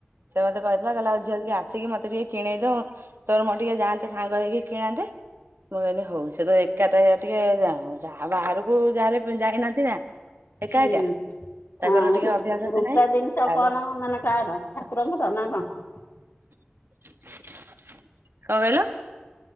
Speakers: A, on the right; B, on the left.
A: ସେ ମତେ କହିିଥିଲା କହିଲ ଆଉ ଝିଅ ଟିକେ ଆସ ସିଏ ମତେ ଟିକେ କିଣେଇ ଦବ ତୋର ମୋର ଟିକେ ଯାଆନ୍ତେ ସାଙ୍ଗ ହେଇକି କିଣନ୍ତେ। ମୁଁ କହିଲି ହଉ ତ ଏକା ଟିକେ ଯ ଯାହା ବାହାରକୁ ଯାହାଲେ ଯାଇନାହାନ୍ତି ନା। ଏକା
B: ହୁଁ
A: ଏକା। ତାଙ୍କର
B: ହଁ
A: ଟିକେ ଅଭ୍ୟାସ ଏତେ
B: ରୂପା
A: ନାହିଁ
B: ଜିନିଷ
A: ତାଠୁ
B: କଣ ମାନେ କାହାର ଠାକୁରଙ୍କର ନା କଣ?
A: କଣ କହିଲ?